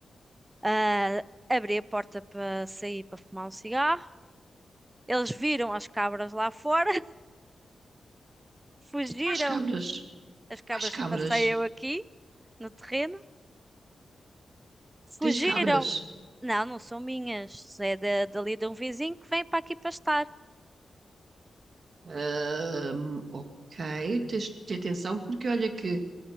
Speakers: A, on the right; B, on the right.
A: ah, abri a porta para sair para fumar um cigarro. Eles viram as cabras lá fora, <laughs> fugiram,
B: Quais cabras?
A: as cabras
B: Quais
A: que
B: cabras?
A: passei eu aqui no terreno, fugiram.
B: Tens cabras?
A: Não, não são minhas, é da, dali de um vizinho que vem para aqui pastar.
B: Ahm, ok, tens de ter atenção, porque olha que